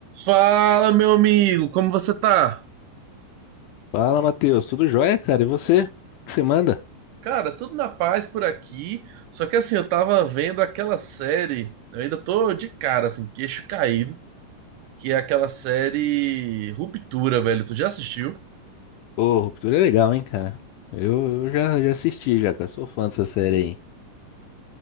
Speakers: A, on the right (about 75°); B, on the left (about 80°).
A: Fala, meu amigo, como você tá?
B: Fala, Matheus. Tudo jóia, cara? E você? O que que você manda?
A: Cara, tudo na paz por aqui. Só que assim, eu tava vendo aquela série, eu ainda tô de cara, assim, queixo caído, que é aquela série Ruptura, velho. Tu já assistiu?
B: Ô, Ruptura é legal, hein, cara? Eu, eu já, já assisti, já, cara. Sou fã dessa série aí.